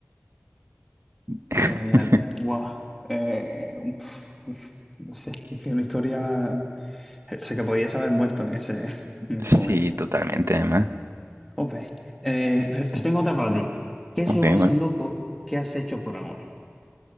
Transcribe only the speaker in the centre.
Genial. Guau. Eh, un- pf, no sé, es que una historia. eh, O sea, que podías haber muerto en ese, <laughs> en
ese momento.
Ok. Eh, pues tengo otra para ti. ¿Qué es
lo más
loco que has hecho por amor?